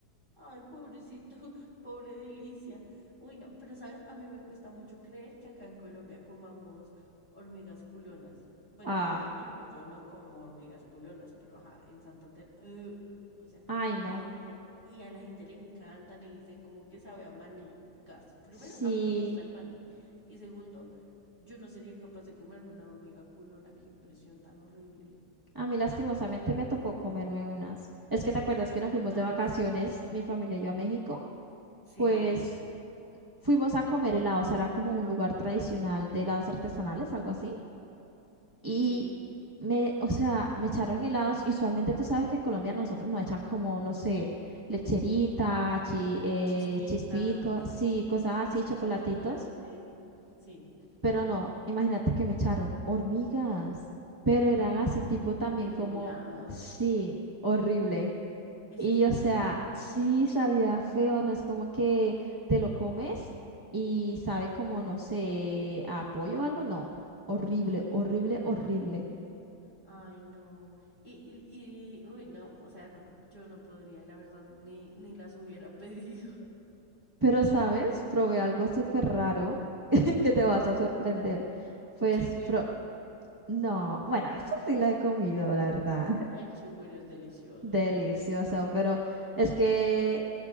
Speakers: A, on the left (about 25°); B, on the right (about 15°).
A: Ay, pobrecito, <laughs> pobre delicia. Uy, no, pero sabes, a mí me cuesta mucho creer que acá en Colombia comamos hormigas culonas. Bueno,
B: Ah,
A: comamos, no, yo no como hormigas culonas, pero ajá, en Santander, eh, o sea,
B: Ay, no.
A: y la gente, y a la gente le encantan y dicen como que sabe a maní, gas. Primero,
B: Sí.
A: a mí no me gusta el maní. Y segundo, yo no sería capaz de comerme una hormiga culona, qué impresión tan horrible.
B: A mí lastimosamente me tocó comerme unas. Es que te acuerdas
A: ¿Y
B: que nos
A: qué
B: fuimos
A: tal?
B: de vacaciones, mi familia y yo a México.
A: Sí,
B: Pues fuimos a comer helados. Era como un lugar tradicional de helados artesanales, algo así. Y
A: sí,
B: me, o sea, me echaron helados. Y usualmente tú sabes que en Colombia nosotros nos echan como, no sé, lecherita, chi- eh,
A: chispitas.
B: chispito, sí, cosas así,
A: Chips
B: chocolatitos.
A: de chocolate, sí.
B: Pero no, imagínate que me echaron hormigas, pero eran así
A: No,
B: tipo también
A: en el
B: como,
A: helado.
B: sí, horrible.
A: ¿Eso
B: Y
A: es en
B: o sea,
A: serio?
B: sí sabía feo, no es como que te lo comes y sabe como, no sé, a pollo o algo, no. Horrible, horrible, horrible.
A: Ay, no. Y, y, y- uy, no, o sea, no, yo no podría, la verdad, ni, ni las hubiera <laughs> pedido.
B: Pero, ¿sabes? Probé algo súper raro <laughs> que te
A: ¿Qué?
B: vas a sorprender. Pues,
A: Chigüiro.
B: pro- no, bueno, eso sí lo he comido, la verdad.
A: Ay, el chigüiro es delicioso.
B: Delicioso, pero es que